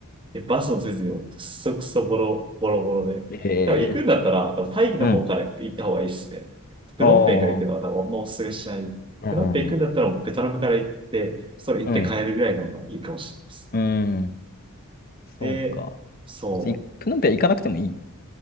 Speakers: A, on the right; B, on the left.
A: で、バスもせずに、くそくそボロ、ボロボロで。
B: へえ。
A: だから行くんだったら、多分タイの方から行った方がいいっすね。
B: うん。
A: プノンペンから行くのは多分あんまおすすめしない。
B: おー。うんうん
A: プノンペン行くんだったら、ベトナムから行って、それ行って帰るぐらいの方がいいかもしれないです。
B: うん。うん。うん
A: で、
B: そうか。
A: そう。
B: 別に、プノンペア行かなくてもいい。